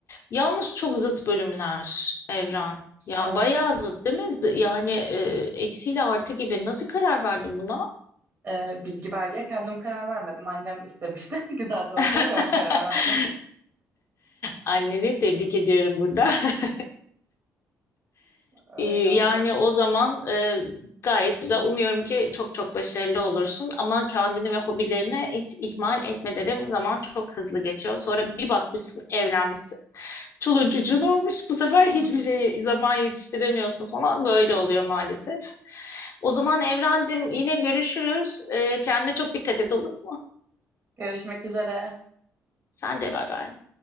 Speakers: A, on the left (about 50°); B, on the right (about 45°).
A: Yalnız çok zıt bölümler Evren. Yani
B: Evet.
A: bayağı zıt değil mi? Z- Yani e, eksiyle artı gibi nasıl karar verdin buna?
B: Ee, bilgi verdiye kendim karar vermedim. Annem istemişti. <laughs> Güzel sanatlara
A: <laughs>
B: ben karar verdim.
A: Anneni tebrik ediyorum burada. <laughs>
B: Öyle
A: Ee,
B: oldu.
A: Yani o zaman e, gayet güzel. Umuyorum ki çok çok başarılı olursun ama kendini ve hobilerine hiç ihmal etme derim. Zaman çok hızlı geçiyor. Sonra bir bakmışsın evlenmişsin. Çoluğun çocuğun olmuş. Bu sefer hiçbir
B: <laughs>
A: şey zaman yetiştiremiyorsun falan. Böyle oluyor maalesef. O zaman Evrencim yine görüşürüz. Ee, kendine çok dikkat et olur mu?
B: Görüşmek üzere.
A: Sen de bay bay.